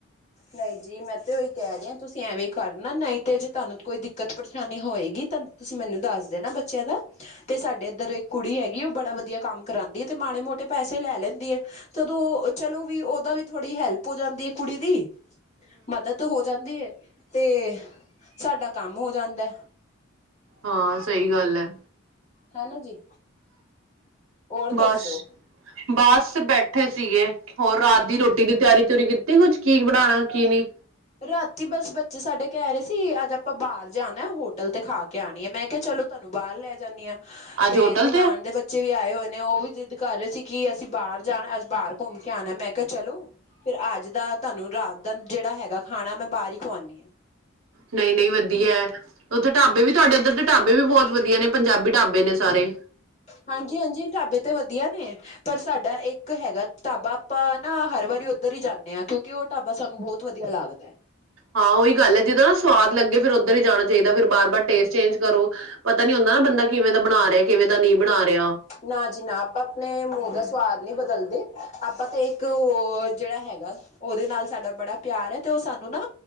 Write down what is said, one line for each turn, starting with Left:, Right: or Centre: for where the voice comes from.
Left: ਨਹੀਂ ਜੀ ਮੈਂ ਤੇ ਉਹੀ ਕਹਿ ਰਹੀ ਹਾਂ ਤੁਸੀਂ ਐਵੇਂ ਕਰਨਾ ਨਹੀਂ ਤੇ ਜੇ ਤੁਹਾਨੂੰ ਕੋਈ ਦਿੱਕਤ ਪਰੇਸ਼ਾਨੀ ਹੋਏਗੀ ਤਾਂ ਤੁਸੀਂ ਮੈਨੂੰ ਦੱਸ ਦੇਨਾ, ਬੱਚਿਆਂ ਦਾ। ਤੇ ਸਾਡੇ ਇੱਧਰ ਇੱਕ ਕੁੜੀ ਹੈਗੀ, ਉਹ ਬੜਾ ਵਧੀਆ ਕੰਮ ਕਰਾਉਂਦੀ ਹੈ ਤੇ ਮਾੜੇ -ਮੋਟੇ ਪੈਸੇ ਲੈ ਲੈਂਦੀ ਹੈ। ਤਦੋਂ ਚਲੋ ਵੀ ਉਹਦਾ ਵੀ ਥੋੜ੍ਹੀ ਹੈਲਪ ਹੋ ਜਾਂਦੀ ਹੈ, ਕੁੜੀ ਦੀ। ਮਦਦ ਹੋ ਜਾਂਦੀ ਏ ਤੇ ਸਾਡਾ ਕੰਮ ਹੋ ਜਾਂਦਾ।
Right: ਹਾਂ ਸਹੀ ਗੱਲ ਹੈ।
Left: ਹੈਨਾ ਜੀ। ਹੋਰ
Right: ਬਸ-
Left: ਦੱਸੋ
Right: ਬਸ, ਬੈਠੇ ਸੀਗੇ। ਹੋਰ ਰਾਤ ਦੀ ਰੋਟੀ ਦੀ ਤਿਆਰੀ ਤਉਰੀ ਕੀਤੀ, ਕੁਝ ਕੀ ਬਣਾਉਣਾ ਕੀ ਨੀ
Left: ਰਾਤੀ ਬਸ ਬੱਚੇ ਸਾਡੇ ਕਹਿ ਰਹੇ ਸੀ, ਅੱਜ ਆਪਾਂ ਬਾਹਰ ਜਾਣਾ ਹੋਟਲ ਤੇ ਖਾ ਕੇ ਆਉਣੀ ਹੈ ਮੈਂ ਕਿਹਾ ਚਲੋ। ਤੁਹਾਨੂੰ ਬਾਹਰ ਲੈ ਜਾਂਦੀ ਹਾਂ,
Right: ਅੱਜ
Left: ਤੇ
Right: ਹੋਟਲ
Left: ਨਨਾਣ ਦੇ ਬੱਚੇ। ਬੱਚੇ ਵੀ ਆਏ ਹੋਏ ਨੇ ਉਹ ਵੀ ਜਿੱਦ ਕਰ ਰਹੇ ਸੀ, ਕਿ ਅਸੀਂ ਬਾਹਰ ਜਾਣਾ ਅੱਜ ਬਾਹਰ ਘੁੰਮ ਕੇ ਆਉਣਾ ਮੈਂ ਕਿਹਾ ਚਲੋ। ਫੇਰ ਅੱਜ ਦਾ ਤੁਹਾਨੂੰ ਰਾਤ ਦਾ ਜਿਹੜਾ ਹੈਗਾ, ਖਾਣਾ ਮੈਂ ਬਾਹਰ ਹੀ ਖਵਾਉਦੀ ਹਾਂ।
Right: ਨਹੀਂ- ਨਹੀਂ ਵਧੀਆ ਉੱਥੇ ਢਾਬੇ ਵੀ ਤੁਹਾਡੇ, ਉੱਧਰ ਦੇ ਢਾਬੇ ਵੀ ਬਹੁਤ ਵਧੀਆ ਨੇ ਪੰਜਾਬੀ ਢਾਬੇ ਨੇ ਸਾਰੇ।
Left: ਹਾਂਜੀ -ਹਾਂਜੀ, ਢਾਬੇ ਤੇ ਵਧੀਆ ਨੇ। ਪਰ ਸਾਡਾ ਇੱਕ ਹੈਗਾ ਢਾਬਾ ਆਪਾਂ ਨਾ, ਹਰ ਵਾਰੀ ਉੱਧਰ ਹੀ ਜਾਂਦੇ ਹਾਂ ਕਿਉਂਕਿ ਉਹ। ਢਾਬਾ ਸਾਨੂੰ ਬਹੁਤ- ਵਧੀਆ ਲੱਗਦਾ ਹੈ।
Right: ਹਾਂ ਉਹੀ ਗੱਲ ਹੈ ਜਿਦਾ ਨਾ ਸਵਾਦ ਲੱਗੇ, ਫਿਰ ਉੱਧਰ ਹੀ ਜਾਣਾ ਚਾਹੀਦਾ ਫਿਰ ਬਾਰ- ਬਾਰ ਟੇਸਟ ਚੇਂਜ ਕਰੋ। ਪਤਾ ਨੀ ਹੁੰਦਾ ਨਾ ਬੰਦਾ ਕਿਵੇਂ ਦਾ ਬਣਾ ਰਿਹਾ, ਕਿਵੇਂ ਦਾ ਨਹੀਂ ਬਣਾ ਰਿਹਾ।
Left: ਨਾ ਜੀ ਨਾ ਆਪਾਂ ਆਪਣੇ ਮੂੰਹ ਦਾ ਸਵਾਦ ਨਹੀਂ, ਬਦਲਦੇ ਆਪਾਂ ਤਾਂ ਇੱਕ ਉਹ ਜਿਹੜਾ ਹੈਗਾ। ਉਹਦੇ ਨਾਲ ਸਾਡਾ ਬੜਾ ਪਿਆਰ ਹੈ, ਤੇ ਉਹ ਸਾਨੂੰ ਨਾ